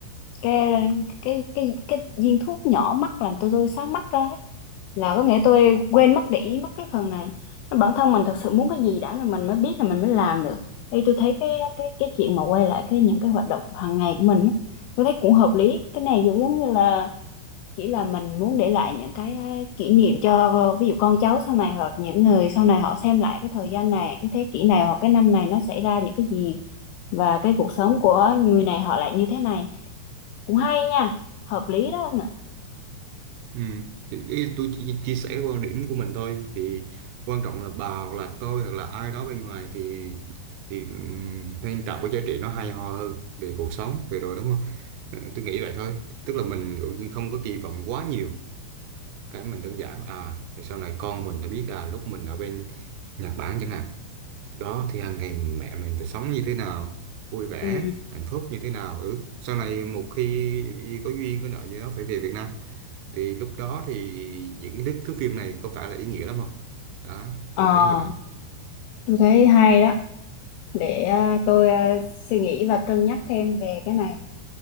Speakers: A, on the left; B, on the right.
A: cái cái cái cái viên thuốc nhỏ mắt làm tôi tôi sáng mắt ra ấy. Là có nghĩa tôi quên mất để ý mất cái phần này. Nó Bản thân mình thật sự muốn cái gì đã rồi mình mới biết là mình mới làm được. Ê, tôi thấy cái cái cái chuyện mà quay lại cái những cái hoạt động hàng ngày của mình á, tôi thấy cũng hợp lý. Cái này giống giống như là chỉ là mình muốn để lại những cái ờ, kỷ niệm cho ờ, ví dụ con cháu sau này hoặc những người sau này họ xem lại cái thời gian này cái thế kỷ này hoặc cái năm này nó xảy ra những cái gì và cái cuộc sống của người này họ lại như thế này cũng hay nha hợp lý đó không nè
B: Ừ. Thì, ý- tôi chỉ chia sẻ quan điểm của mình thôi thì quan trọng là bà hoặc là tôi hoặc là ai đó bên ngoài thì thì um, nên tạo cái giá trị nó hay ho hơn về cuộc sống về đồ đúng không Ờ, tôi nghĩ vậy thôi tức là mình dụ như không có kỳ vọng quá nhiều cái mình đơn giản à rồi sau này con mình đã biết à lúc mình ở bên Nhật Bản chẳng hạn đó thì hàng ngày mẹ mình phải sống như thế nào vui vẻ
A: ừ
B: hạnh phúc như thế nào ừ sau này một khi có duyên có nợ gì đó phải về Việt Nam thì lúc đó thì những cái thước phim này có phải là ý nghĩa lắm không đó
A: ờ
B: tôi thấy như vậy
A: tôi thấy hay đó để ờ, tôi ờ, suy nghĩ và cân nhắc thêm về cái này